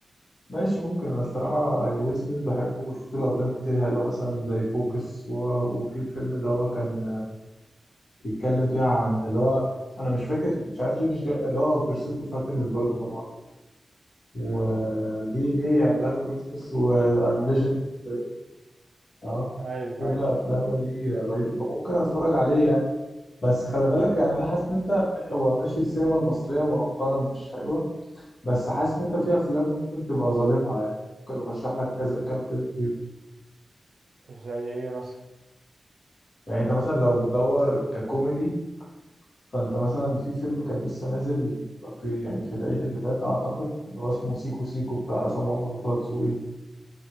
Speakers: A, on the left (about 55°); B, on the right (about 80°).
A: ماشي ممكن انا الصراحه يعني ويل سميث بحبه وشفت له افلام كتير حلوه مثلا زي فوكس و... وفي الفيلم اللي هو كان بيتكلم فيها عن اللي هو انا مش فاكر مش عارف ليه مش جاي اللي هو بيرسوت اوف هابينس برضه طبعا ودي
B: امم
A: دي يعني لا ويل سميث وأيم ليجند فاهم اه
B: ايوه
A: كل افلامه دي رهيبه فممكن اتفرج عليه يعني بس خلي بالك يعني انا حاسس ان انت هو ماشي السينما المصريه مؤخرا مش حلوه بس حاسس ان انت في افلام ممكن تبقى ظالمها يعني ممكن ارشح لك كذا كام فيلم فيهم
B: ايوه زي ايه مثلا
A: يعني انت مثلا لو بتدور ككوميدي فانت مثلا في فيلم كان لسه نازل في يعني في العيد اللي فات اعتقد اللي هو اسمه سيكو سيكو بتاع عصام عمر وطه دسوقي